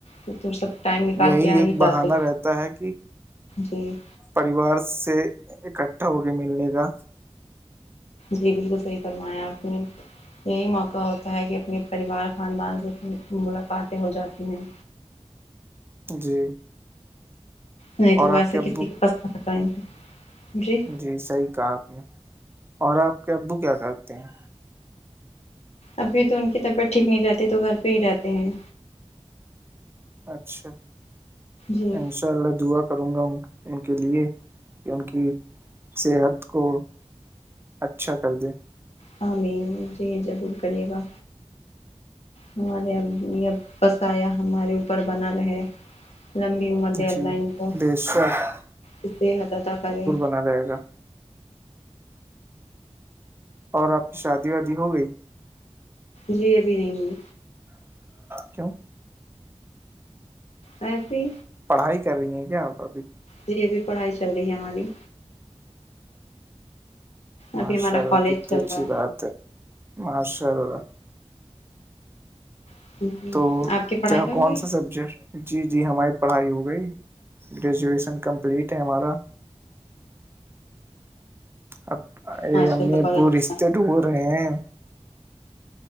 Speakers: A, on the left; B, on the right.
A: تو تو سب ٹائم نکال
B: یہی
A: کے آ
B: ایک
A: ہی جاتے
B: بہانہ رہتا ہے کہ
A: جی
B: پریوار سے اکٹھا ہو کے ملنے کا
A: جی بالکل صحیح فرمایا آپ نے یہی موقع ہوتا ہے کہ اپنے پریوار خاندان سےھر ملاقاتیں ہو جاتی ہیں
B: جی
A: نہیں تو
B: اور
A: ویسے
B: آپ ابو
A: کسی کے پس پت نہیں جی
B: جی صحیح کہا آپ نے اور آپ کے ابو کیا کرتے ہیں
A: ابھی تو ان کی طبیعت ٹھیک نہیں رہتی تو گھر پہ ہی رہتے ہیں
B: اچھا
A: جی
B: انشاء اللہ دعا کروں گا ان کے لیے کہ ان کی صحت کو اچھا کر دے
A: ہامی جے ضرور کریے گا ہمارے ا یہب بسایا ہمارے اوپر بنا رہے لمبی عمر دے اللہ
B: جی
A: ان کو
B: بے شک
A: اس سے حطط کرے
B: نا رہے گا اور آپ کی شادی وادی ہو گئی
A: جی ابھی نہیں ملی
B: کیوں
A: ایسیے
B: پڑھائی کر رہی ہیں کیا آپ ابھی
A: یہی بھی پڑھائی چل رہی ہے ہماری
B: ماشاء
A: ابھی ہمارا
B: اللہ
A: کالج
B: کتنی
A: چل
B: اچھی
A: رہا
B: بات ہے ماشاء اللہ
A: ہے
B: تو
A: آپ کی پڑھائی
B: کیا
A: ہوگی
B: کون سا سبجیکٹ جی جی ہماری پڑھائی ہو گئی گریجویشن کمپلیٹ ہے ہمارا اب ا
A: ماشاء
B: امی
A: اللہ
B: ابو
A: بہت اچھی
B: رشتے ڈھوب رہے ہیں